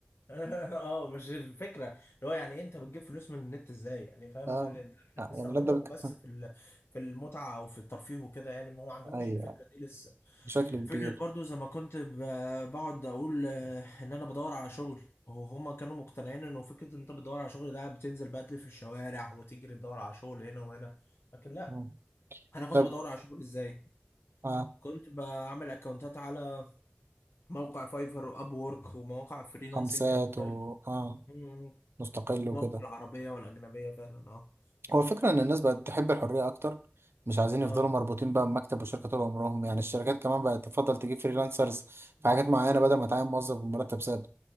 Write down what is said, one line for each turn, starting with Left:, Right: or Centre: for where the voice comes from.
Left: <laughs> اه مش الفكره اللي هو يعني إيه انت بتجيب فلوس من النت ازاي يعني فاهم
Right: اه
Left: هل احنا
Right: آه،
Left: بنستخدمه
Right: يعني لابدة بك
Left: بس
Right: <laughs>
Left: في ال- في المتعه او في الترفيه وكده يعني ما هو ما عندهمش
Right: ايوه
Left: الفكره دي لسه
Right: بشكل كبير
Left: فكره برضو زي ما كنت ب- بقعد اقول آه، ان انا بدور على شغل وهما كانوا مقتنعين انه فكره ان انت بتدور على شغل ده بتنزل بقى تلف في الشوارع وتجري تدور على شغل هنا وهنا لكن لا
Right: مم.
Left: انا كنت
Right: طب
Left: بدور على شغل ازاي
Right: اه
Left: كنت بعمل اكونتات على موقع فايفر واب وورك ومواقع فريلانسنج
Right: خمسات
Left: المختلفة
Right: و اه
Left: مم.
Right: مستقل وكده
Left: مواقع العربية والأجنبية فعلا اه
Right: هو الفكرة ان الناس بقت تحب الحرية اكتر مش عايزين
Left: اه
Right: يفضلوا مربوطين بقى بمكتب وشركة طول عمرهم يعني الشركات كمان بقت تفضل تجيب فريلانسرز في حاجات معينة
Left: آه.
Right: بدل ما تعين موظف بمرتب ثابت